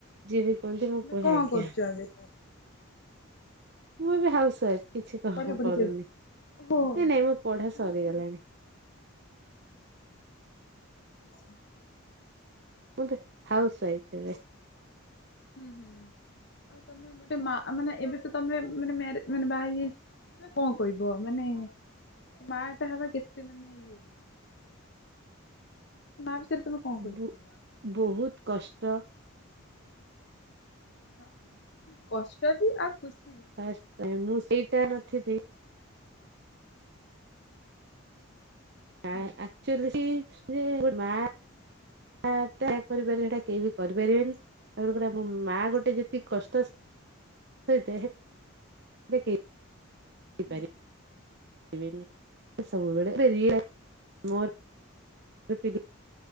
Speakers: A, on the right; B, on the left.
A: ଯିଏ ବି କୁହନ୍ତି ମୁଁ କୁହେ
B: କଁ
A: ଆଜ୍ଞା
B: କରୁଚ ଏବେ ସା
A: ମୁଁ ଏବେ ହାଉସ୍ ୱାଇଫ୍ କିଛି କଁ
B: ପଢାପଢି
A: କରୁନି।
B: ଚାଲିଛି ଓହୋ
A: ଇ ନାଇଁ ମୋ ପଢ଼ା
B: ମାନେ
A: ସରିଗଲାଣି।
B: <inaudible>
A: ମୁଁ ପେ ହାଉସ୍ ୱାଇଫ୍ ଏବେ।
B: ହୁଁ ହୁଁ ଆଉ ତମେ ଗୋଟେ ମା ମାନେ ଏବେ ତ ତମେ ମାନେ ମ୍ୟାରେ ମାନେ ବାହା ହେଇଯାଇ ହେ କଁ କହିବ ମାନେ ମାଆଟା ହବା କେତେ ମାନେ ଇଏ? ମା ବିଷୟରେ ତମେ କଣ କହିପାରିବ?
A: ବୁ ବହୁତ କଷ୍ଟ।
B: ହଁ କଷ୍ଟ ବି ଆଉ ଖୁସ୍
A: ଫାଷ୍ଟ୍ ଟାଇମ୍ ମୁଁ ସେଇଟା ନଥି ଦି ଆ
B: ହୁଁ
A: ଆକ୍ଚୁଆଲି ସେ ଯେ ଗୋ ମା ଆଟା ଚେ କରିପାରିବଟା କେହି ବି କରିପାରିବେନି ଆହୁରି ଗୋଟା ମୋ ମା ଗୋଟେ ଯେତି କଷ୍ଟ ସହିତାଏ
B: ହଁ
A: ହେ ବି କେ ଇପାରି
B: ହୁଁ
A: ଇବେନି ଏ ସବୁବେଳେ
B: ମାନେ
A: ବେରିଏଲେ ମୋର <unintelligible>